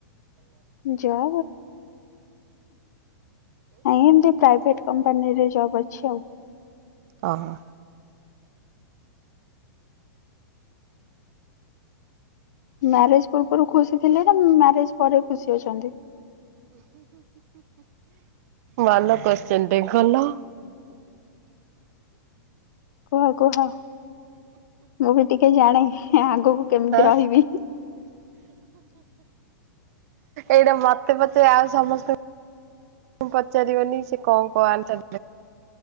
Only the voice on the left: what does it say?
ଜବ ଆ ନାଇଁ ଏମିତି ପ୍ରାଇଭେଟ କମ୍ପାନୀରେ ଜବ୍ ଅଛି ଆଉ।
ମ୍ୟାରେଜ ପୂର୍ବରୁ ଖୁସି ଥିଲେ ନା ମ୍ୟାରେଜ ପରେ ଖୁସି ଅଛନ୍ତି?
କୁହ କୁହ ମୁଁ ବି ଟିକେ ଜାଣେ ଆଗକୁ କେମିତି
ରହିବି।